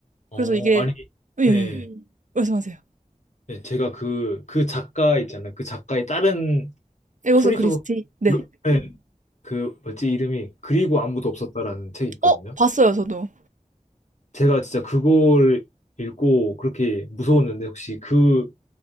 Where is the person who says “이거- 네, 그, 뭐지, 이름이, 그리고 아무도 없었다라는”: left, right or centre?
Left